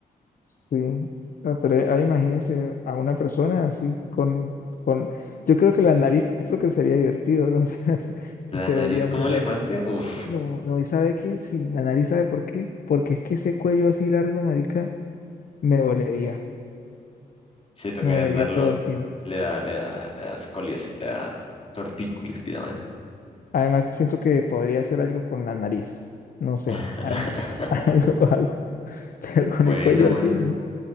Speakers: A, on the left (about 55°); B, on the left (about 35°).
A: sí. Ah, pero ahí ahí imagínense a una persona así con, el- con, yo creo que la nariz porque sería divertido, no sé, <laughs>
B: ¿La
A: se
B: nariz
A: vería
B: como
A: muy
B: elefante?
A: raro.
B: Uf.
A: No, no, y sabe qué, sí, la nariz sabe por qué, porque es que ese cuello así largo, marica, me dolería,
B: Si tocarían
A: me dolería
B: andarlo
A: todo el tiempo.
B: le da, le da, le da escoliosis, le da tortícolis que llaman.
A: Además, siento que podría hacer algo con la nariz, no sé,
B: <laughs>
A: algo, <laughs> algo hago, pero con
B: Bueno,
A: el cuello así,
B: bueno.
A: ¿no?